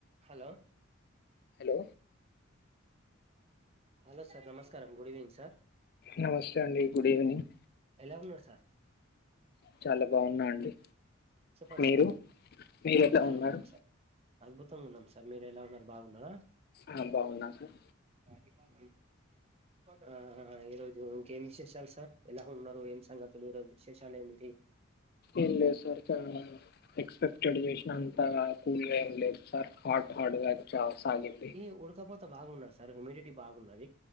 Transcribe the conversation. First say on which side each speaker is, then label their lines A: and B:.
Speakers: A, on the right (about 30°); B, on the left (about 50°).
A: Hello
B: hello
A: hello sir నమస్కారం good evening sir
B: నమస్తే అండి గుడ్ ఈవినింగ్
A: ఎలా ఉన్నారు సార్
B: చాలా బాగున్నా అండి
A: చెప్పండి
B: మీరు
A: సార్
B: మీరు
A: అద్భుతంగా
B: ఎలా ఉన్నారు
A: ఉన్నాం అద్భుతంగా ఉన్నాం సార్ మీరు ఎలా ఉన్నారు బాగున్నారా
B: ఆ బాగున్నా సార్
A: గరి కొ <unintelligible> ఆ ఈరోజు ఇంకేం విశేషాలు సార్ ఎలా ఉన్నారు ఏం సంగతులు ఈ రోజు విశేషాలు ఏమిటి
B: ఏం లేవు సార్ చ ఎక్స్పెక్టెడ్ చేసినంత కూల్ గా ఏం లేదు సార్ హార్ట్ హార్డ్ గా సాగింది
A: ఈ ఉడకపోత బాగున్నది సార్ హ్యూమిడిటీ బాగున్నది